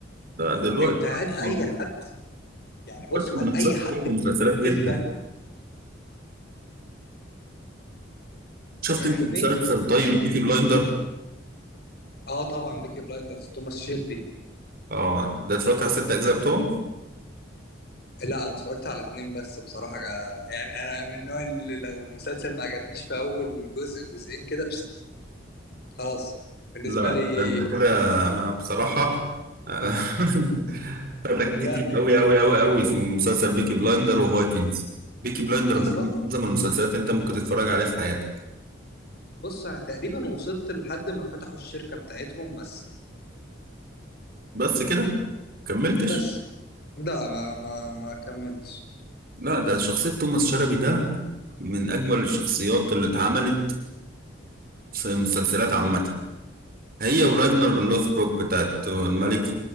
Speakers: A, on the right; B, on the left.
A: لا دلوقتي
B: أنت هات
A: أصلاً-
B: أي حد يعني بص
A: دلوقتي منافسات
B: هات أي
A: قويه
B: حد
A: في المسلسلات
B: من
A: جدا
B: الجيل ده
A: شفت
B: فاهمني
A: انت مسلسل طيب
B: يعني
A: بيكي بلايندر
B: اه طبعا بيكي بلايندرز توماس شيلبي
A: اه ده اتفرجت على ست اجزاء بتوعه
B: لا انا اتفرجت على اتنين بس بصراحه جا- يعني انا من النوع اللي لو المسلسل ما عجبنيش في اول جزء جزئين كده بس خلاص بالنسبه
A: لا
B: لي
A: ده انت كده بصراحه آه، <laughs> فاتك
B: لا
A: كتير قوي قوي قوي قوي في مسلسل بيكي بلايندر وفايكنجز بيكي بلايندر
B: اصلا
A: ده من اعظم المسلسلات انت ممكن تتفرج عليها في حياتك
B: بص انا تقريبا وصلت لحد ما فتحوا الشركه بتاعتهم بس
A: بس كده كملتش
B: بس لا ما ما ما كملتش
A: لا ده شخصية توماس شلبي ده من أجمل الشخصيات اللي اتعملت في مسلسلات عامة هي وراجنر لوثبروك بتاعت الملك